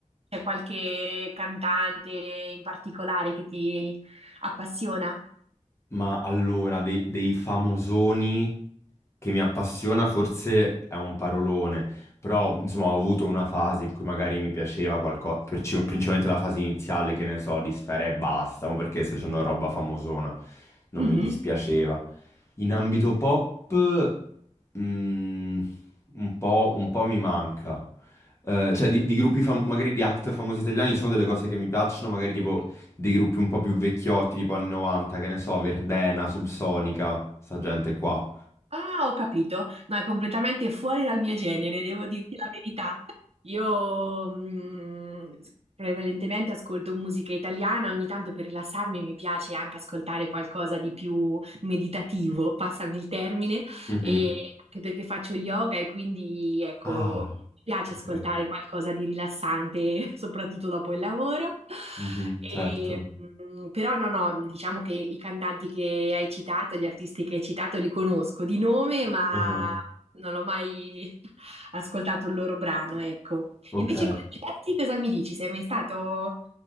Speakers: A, on the right (about 55°); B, on the left (about 20°).
A: c'è qualche cantante in particolare che ti appassiona?
B: Ma allora, dei, dei famosoni che mi appassiona forse è un parolone. Però, insomma, ho avuto una fase in cui magari mi piaceva qualcosa, principalmente la fase iniziale, che ne so, di Sfera e basta, ma perché sto dicendo roba famosona, non
A: Mhm.
B: mi dispiaceva. In ambito pop, mm, un po', un po' mi manca. Eh, cioè, di, di gruppi, fam- magari di act famosi italiani, sono delle cose che mi piacciono, magari tipo dei gruppi un po' più vecchiotti, tipo anni 90, che ne so, Verdena, Subsonica, sta gente qua.
A: Ah, ho capito. No, è completamente fuori dal mio genere, devo dirti la verità. Io mh, prevalentemente ascolto musica italiana, ogni tanto per rilassarmi mi piace anche ascoltare qualcosa di più meditativo, passami il termine,
B: Mhm.
A: e anche perché faccio yoga e quindi ecco,
B: Ah,
A: mi piace
B: ok.
A: ascoltare qualcosa di rilassante, <laughs> soprattutto dopo il lavoro.
B: Mhm,
A: E,
B: certo.
A: mm, però no, no, diciamo che i cantanti che hai citato, gli artisti che hai citato, li conosco di nome, ma
B: Ah,
A: non ho mai <laughs> ascoltato il loro brano, ecco.
B: Ok.
A: E Invece i concerti, cosa mi dici? Sei mai stato